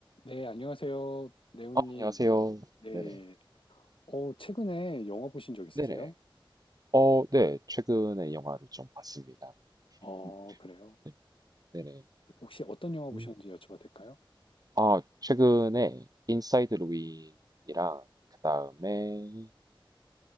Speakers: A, on the left; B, on the right.
A: 네, 안녕하세요. 네오님.
B: 어, 안녕하세요.
A: 네.
B: 네네.
A: 어, 최근에 영화 보신 적 있으세요?
B: 네네. 어, 네. 최근에 영화를 좀 봤습니다.
A: 어,
B: 음,
A: 그래요.
B: 네. 네네.
A: 혹시 어떤 영화 보셨는지
B: 음.
A: 여쭤봐도 될까요?
B: 아, 최근에 인사이드 루인이랑 그다음에